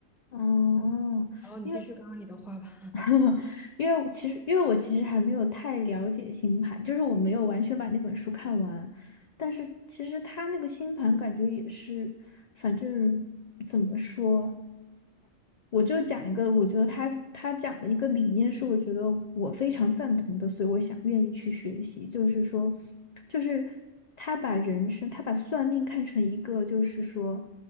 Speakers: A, on the left; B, in the centre.
A: 哦，
B: 然后你继续刚刚你的话吧。
A: 因为 <laughs> 因为我其实因为我其实还没有太了解星盘，就是我没有完全把那本书看完，但是其实他那个星盘感觉也是，反正怎么说。我就讲一个，我觉得他他讲的一个理念是，我觉得我非常赞同的，所以我想愿意去学习。就是说，就是他把人生，他把算命看成一个，就是说，